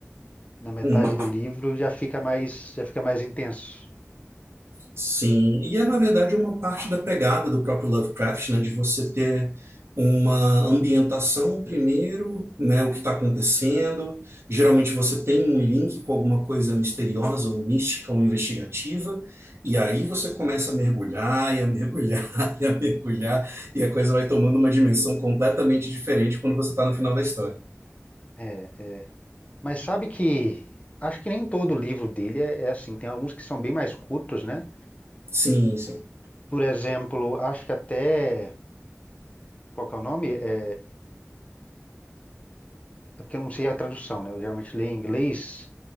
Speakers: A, on the left; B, on the right.
A: Na metade
B: Uhum.
A: do livro, já fica mais, já fica mais intenso.
B: Sim, e é na verdade uma parte da pegada do próprio Lovecraft, né, de você ter uma ambientação primeiro, né, o que está acontecendo. Geralmente você tem um link com alguma coisa misteriosa, ou mística, ou investigativa, e aí você começa a mergulhar, e a mergulhar, <laughs> e a mergulhar, e a coisa vai tomando uma dimensão completamente diferente quando você está no final da história.
A: É. Mas sabe que. Acho que nem todo livro dele é, é assim. Tem alguns que são bem mais curtos, né?
B: Sim, sim.
A: Por exemplo, acho que até. Qual que é o nome? É. É porque eu não sei a tradução, né? Eu geralmente leio em inglês,